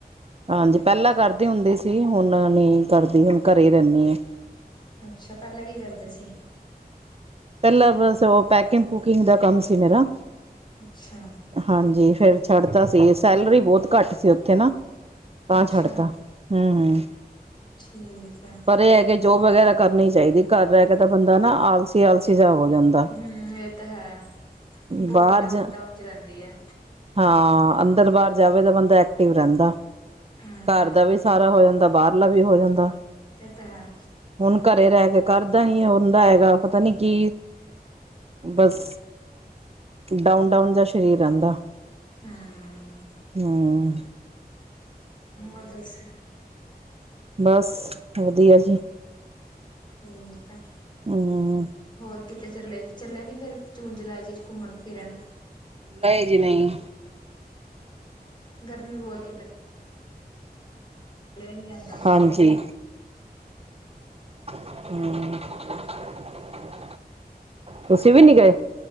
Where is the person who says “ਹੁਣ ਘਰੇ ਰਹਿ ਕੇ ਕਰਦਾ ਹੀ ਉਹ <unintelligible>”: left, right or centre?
Right